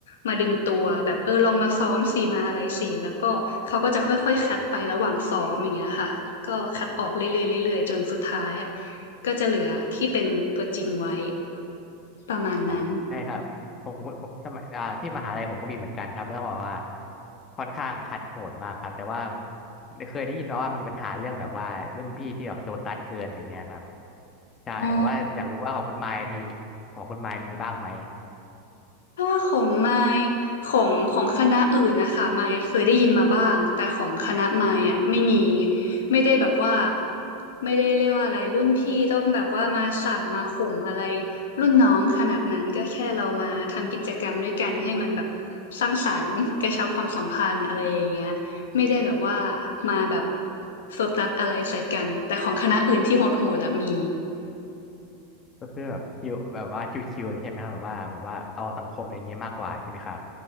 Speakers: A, on the left (about 70°); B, on the left (about 30°).
A: มาดึงตัวแบบเออลองมาซ้อมสิมาอะไรสิแล้วก็เขาก็จะค่อยๆคัดไประหว่างซ้อมอย่างเงี้ยค่ะก็คัดออกเรื่อยๆเรื่อยๆจนสุดท้ายอ่ะก็จะเหลือที่เป็นตัวจริงไว้ประมาณนั้น
B: อ๋อใช่ครับผมผมสมัยอ่าที่มหาลัยผมก็มีเหมือนกันครับแล้วบอกว่าค่อนข้างคัดโหดมากครับแต่ว่าเคยได้ยินมาว่ามีปัญหาเรื่องแบบว่ารุ่นพี่ที่แบบโซตัสเกินอะไรเงี้ยครับใช่แต่ว่าอยากรู้ว่าของคุณไมค์มี
A: อ๋อ
B: ของคุณไมค์มีบ้างไหม
A: ถ้าของไมค์ของของคณะอื่นนะคะไมค์เคยได้ยินมาบ้างแต่ของคณะไมค์อ่ะไม่มีไม่ได้แบบว่าไม่ได้เรียกว่าอะไรรุ่นพี่ต้องแบบว่ามาสั่งมาข่มอะไรรุ่นน้องขนาดนั้นก็แค่เรามาทำกิจกรรมด้วยกันให้มันแบบสร้างสรรค์กระชับความสัมพันธ์อะไรอย่างเงี้ยไม่ได้แบบว่ามาแบบโซตัสอะไรใส่กันแต่ของคณะอื่นที่โหดๆอะมี
B: ก็คือแบบชิวแบบว่าชิวๆเลยใช่ไหมครับแบบว่าแบบว่าเอาสังคมอะไรเงี้ยมากกว่าใช่ไหมครับ